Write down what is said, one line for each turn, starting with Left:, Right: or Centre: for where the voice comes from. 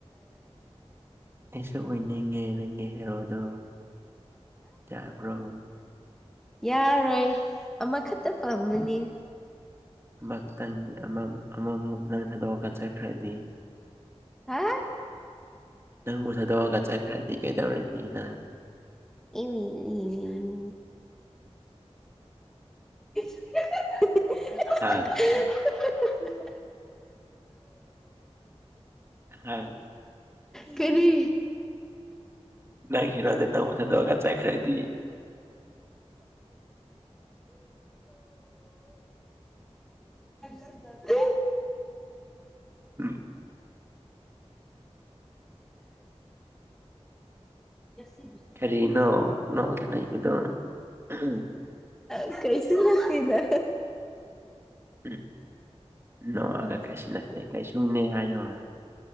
Right: ꯑꯩꯁꯨ ꯑꯣꯏꯅꯤꯡꯉꯦ ꯅꯪꯒꯤ ꯍꯦꯔꯣꯗꯣ ꯌꯥꯕ꯭ꯔꯣ
Centre: ꯌꯥꯔꯣꯏ ꯑꯃꯈꯛꯇ ꯄꯥꯝꯕꯅꯤ
Right: ꯑꯃ ꯈꯇꯪ ꯑꯃ ꯑꯃꯃꯨꯛ ꯅꯪ ꯊꯥꯗꯣꯛꯑꯒ ꯆꯠꯈ꯭ꯔꯗꯤ
Centre: ꯍꯥ
Right: ꯅꯪꯕꯨ ꯊꯥꯗꯣꯛꯑꯒ ꯆꯠꯈ꯭ꯔꯗꯤ ꯀꯩꯗꯧꯔꯤꯅꯤ ꯅꯪ
Centre: <unintelligible> <unintelligible>
Right: ꯍꯥ ꯍꯥ
Centre: <unintelligible> ꯀꯔꯤ
Right: ꯅꯪ ꯍꯤꯔꯣꯗ ꯅ ꯑꯣꯁ ꯗꯣꯒ ꯆꯥꯏꯈꯔꯗꯤ
Centre: <unintelligible>
Right: <unintelligible>
Centre: <unintelligible>
Right: ꯀꯔꯤꯅꯣ ꯅꯣꯛꯑꯒ ꯂꯩꯕꯗꯣ ꯍꯨꯡ
Centre: ꯑ ꯀꯩꯁꯨ ꯅꯠꯇꯦꯗ
Right: ꯎꯝ ꯅꯣꯛꯑꯒ ꯀꯩꯁꯨꯅꯠꯇꯦ ꯀꯩꯁꯨꯅꯦ ꯍꯥꯏꯌꯣ